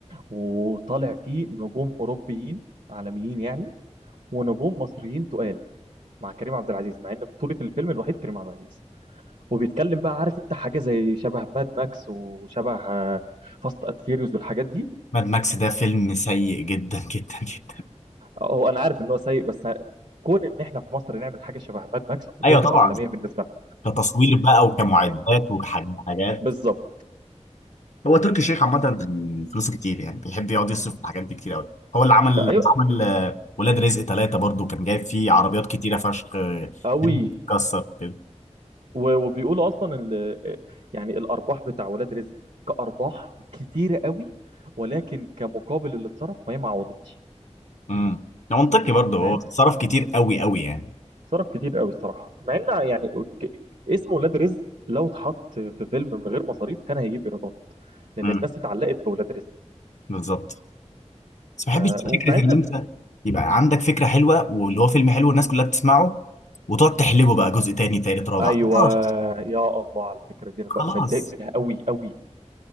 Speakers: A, on the right (about 85°); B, on the left (about 75°).
A: وطالع فيه نجوم اوروبيين عالميين يعني ونجوم مصريين تقال مع كريم عبد العزيز مع ان بطولة الفيلم الوحيد كريم عبد العزيز وبيتكلم بقى عارف انت حاجة زي شبه ماد ماكس وشبه فاست اند فيريوز والحاجات دي
B: ماد ماكس ده فيلم سيء جدا جدا جدا
A: هو انا عارف ان هو سيء بس كون ان احنا في مصر نعمل حاجه شبه ماد ماكس
B: ايوه
A: ده تبقى
B: طبعا
A: عالميه بالنسبه لهم
B: كتصوير بقى وكمعدات وحاجات
A: بالظبط
B: هو تركي الشيخ عامة فلوسه كتير يعني بيحب يقعد يصرف في الحاجات دي كتير قوي هو اللي عمل
A: آه،
B: لما
A: ايوه
B: عمل آه، ولاد رزق ثلاثة برضو كان جايب فيه عربيات كتيرة فشخ آه،
A: قوي
B: كسر وكده
A: وبيقولوا اصلا ال... يعني الارباح بتاع ولاد رزق كارباح كتيره قوي ولكن كمقابل اللي اتصرف فهي ما عوضتش
B: امم ده منطقي برضو هو
A: فاهم
B: صرف كتير قوي قوي يعني
A: صرف كتير قوي الصراحه مع ان يعني ك- اسم ولاد رزق لو اتحط في فيلم من غير مصاريف كان هيجيب ايرادات لان
B: امم
A: الناس اتعلقت بولاد رزق
B: بالظبط بس ما
A: ف...
B: بحبش فكرة
A: ومع
B: ان
A: ان
B: انت يبقى عندك فكرة حلوة واللي هو فيلم حلو الناس كلها بتسمعه وتقعد تحلبه بقى جزء تاني تالت رابع
A: ايوه
B: خلاص
A: يا الله على الفكره دي انا
B: خلاص
A: ب- بتضايق منها قوي قوي